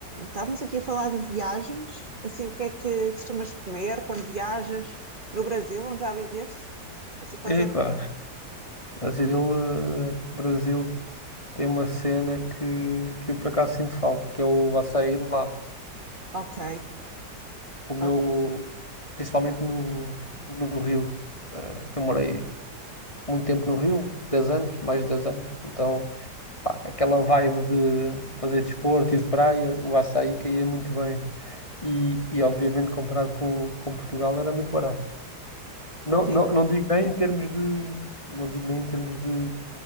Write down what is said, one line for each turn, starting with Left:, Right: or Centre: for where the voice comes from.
Right: Estávamos aqui a falar de viagens, assim, o que é que costumas comer quando viajas no Brasil, onde já viveste? Assim, quais
Left: Epá,
Right: eram as...
Left: Brasil, eh, Brasil tem uma cena que, que eu por acaso sinto falta, que é o açaí de lá.
Right: Ok,
Left: O meu,
Right: ok,
Left: principalmente no, no Rio, eh, que eu morei muito tempo no Rio, 10 anos, mais de 10 anos. Então, pá, aquela vibe de fazer desporto e de praia, o açaí caía muito bem. E, e obviamente comparado com, com Portugal era muito barato. Não,
Right: sim,
Left: não, não digo nem em termos de, não digo nem em termos de,